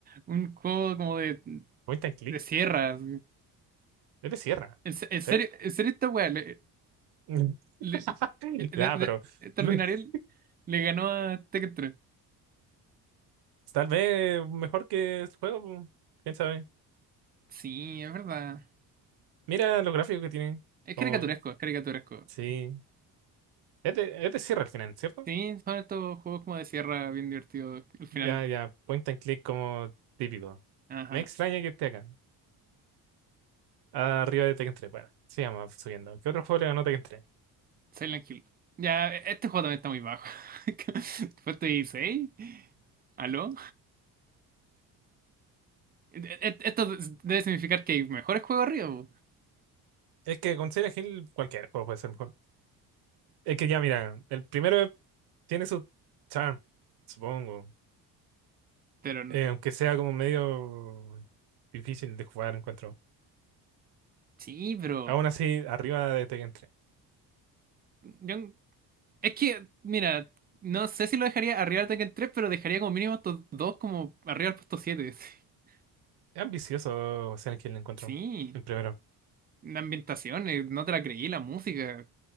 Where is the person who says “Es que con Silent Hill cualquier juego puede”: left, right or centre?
Right